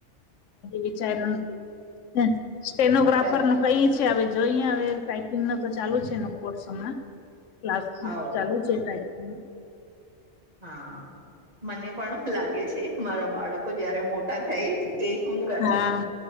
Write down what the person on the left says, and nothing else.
વિચાર્યું નથી સ્ટેનોગ્રાફર
નું કઈ? છે હવે જોઈ હવે ટાઈપિંગ ન તો ચાલુ છે ન કોર્સમાં ક્લાસ
ચાલુ જે પકંગ
હા